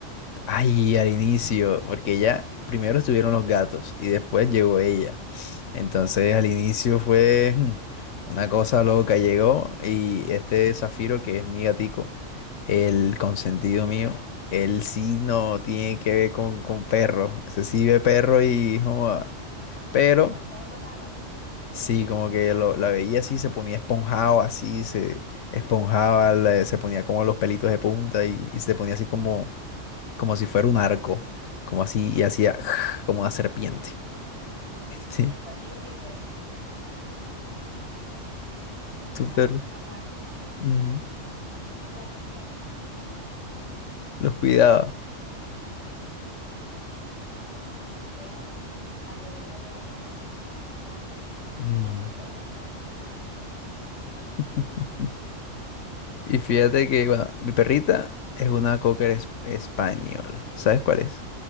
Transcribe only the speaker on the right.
te lanzaba a matarla.
Ujú.
En cambio, mi perro,
a los pelados, a ella.
Esa es la niñera,
limpia, mi perra, a los hijos de la gata.
Una familia es lesbiana, más o menos así.